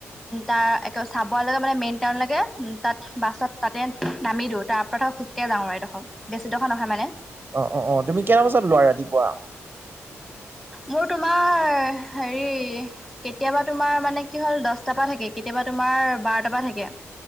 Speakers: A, in the centre; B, on the right.
A: তাৰ একে চাবোৱালৈ লগে মানে মেইন টাউনলৈকে তাত বাছত তাতে নামি দিওঁ তাৰ পৰা খোজকাঢ়ি যাওঁ আৰু এইডোখৰ বেছিডোখৰ নহয় মানে
B: অ অ তুমি কেইটা বজাত লোৱা ৰাতিপুৱা
A: মোৰ তোমাৰ হেৰি কেতিয়াবা তোমাৰ মানে কি হ'ল দহটা পৰা থাকে কেতিয়াবা তোমাৰ বাৰটা পৰা থাকে